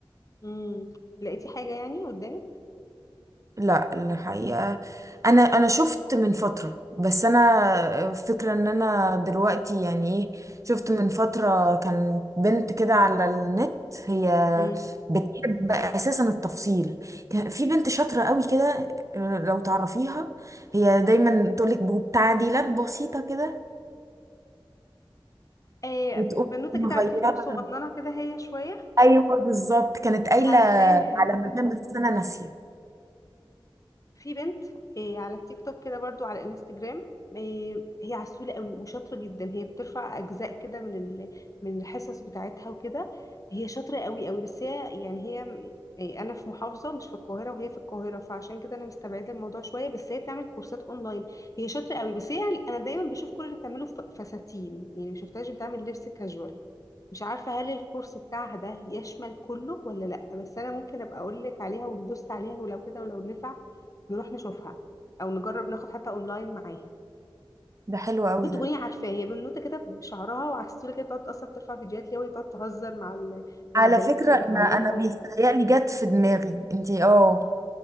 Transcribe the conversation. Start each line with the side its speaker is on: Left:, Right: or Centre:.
Left: امم لقيتي حاجة يعني قدامك
Right: لا الحقيقة انا انا شفت من فترة بس انا فكرة ان انا دلوقتي يعني ايه شفت من فترة كان بنت كده على النت هي
Left: امم
Right: بتحب اساسا التفصيل كان في بنت شاطرة قوي كده لو تعرفيها هي دايما تقولك بتعديلات بسيطة كده
Left: ايه
Right: وتقوم
Left: بنوتة
Right: مغيرة
Left: كده على التيك توك صغننة كده هي شوية
Right: ايوه بالظبط كانت قايلة
Left: حرفاها
Right: على مكان بس انا ناسية
Left: في بنت إيه على التيك توك كده برضو على الانستجرام إيه هي عسولة قوي وشاطرة جدا هي بترفع أجزاء كده من ال- من الحصص بتاعتها وكده هي شاطرة قوي قوي بس هي يعني هي إيه أنا في محافظة مش في القاهرة وهي في القاهرة فعشان كده أنا مستبعدة الموضوع شوية بس هي بتعمل كورسات أونلاين هي شاطرة قوي بس هي أنا دايما بشوف كل اللي بتعمله ف- فساتين يعني مشوفتهاش بتعمل لبس كاجوال مش عارفة هل الكورس بتاعها ده يشمل كله ولا لأ بس أنا ممكن أبقى أقول لك عليها ونبص عليها ولو كده ولو نفع نروح نشوفها أو نجرب ناخد حتى أونلاين معاها
Right: ده حلو قوي
Left: ممكن تكوني
Right: ده
Left: عارفاه هي بنوتة كده بشعرها وعلى السولة كده بتقعد أصلا ترفع فيديوهات ليها وهي بتقعد تهزر مع ال... مع
Right: على
Left: البنات
Right: فكرة
Left: اللي بتعلمهم
Right: انا انا بيتهيألي جت في دماغي انتي اه